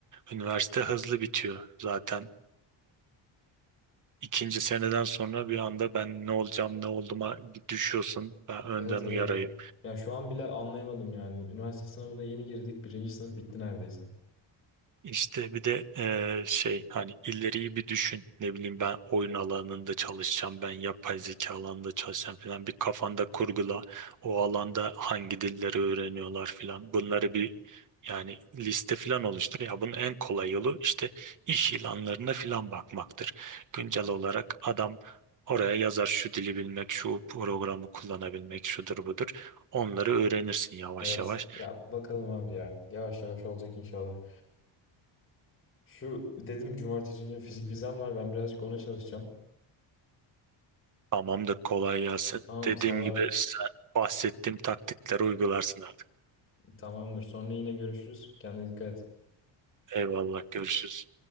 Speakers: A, on the right; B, on the left.
A: üniversite hızlı bitiyor zaten. ikinci seneden sonra bir anda ben ne olacağım ne olduğuma düşüyorsun. Ben önden
B: Evet evet.
A: uyarayım.
B: Yani şu an bile anlayamadım yani. Üniversite sınavına yeni girdik. Birinci sınıf bitti neredeyse.
A: İşte bir de eee, şey hani ileriyi bir düşün. Ne bileyim ben oyun alanında çalışacağım, ben yapay zeka alanında çalışacağım falan. Bir kafanda kurgula. O alanda hangi dilleri öğreniyorlar falan. Bunları bir yani liste falan oluştur. Ya bunun en kolay yolu işte iş ilanlarına falan bakmaktır. Güncel olarak adam oraya yazar şu dili bilmek, şu programı kullanabilmek, şudur budur. Onları öğrenirsin yavaş
B: Evet.
A: yavaş.
B: Ya bakalım abi ya. Yavaş yavaş olacak inşallah. Şu dedim cumartesi günü fizik vizem var. Ben birazcık ona çalışacağım.
A: Tamamdır kolay gelsin.
B: Tamam
A: Dediğim
B: sağ ol abi.
A: gibi sen bahsettiğim taktikleri uygularsın artık.
B: Tamamdır. Sonra yine görüşürüz. Kendine dikkat et.
A: Eyvallah görüşürüz.